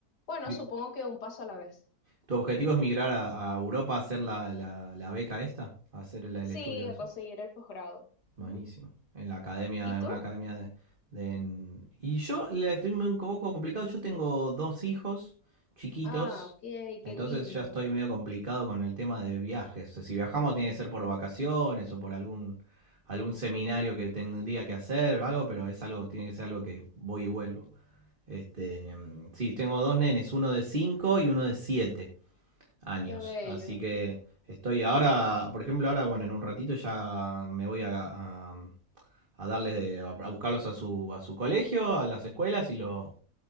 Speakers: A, on the left; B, on the right.
A: bueno,
B: Di-
A: supongo que un paso a la vez.
B: ¿Tu objetivo es migrar a, a Europa a hacer la, la- la beca esta? ¿A hacer el, el
A: Sí,
B: estudio?
A: a
B: sí?
A: conseguir el posgrado.
B: Buenísimo.
A: Ujú.
B: En la academia,
A: ¿Y
B: en
A: tú?
B: una academia de. de- en- Y yo le estoy un poco complicado. Yo tengo dos hijos chiquitos.
A: Ah, ok,
B: Entonces
A: qué lindo.
B: ya estoy medio complicado con el tema de viajes. O sea, si viajamos tiene que ser por vacaciones o por algún algún seminario que tendría que hacer o algo, pero es algo, tiene que ser algo que voy y vuelvo. Este, mm, sí, tengo dos nenes, uno de 5 y uno de siete años.
A: Qué bello,
B: Así que estoy ahora, por ejemplo, ahora, bueno, en un ratito ya me voy a, a, a darles, de- a buscarlos a su, a su colegio, a las escuelas y lo,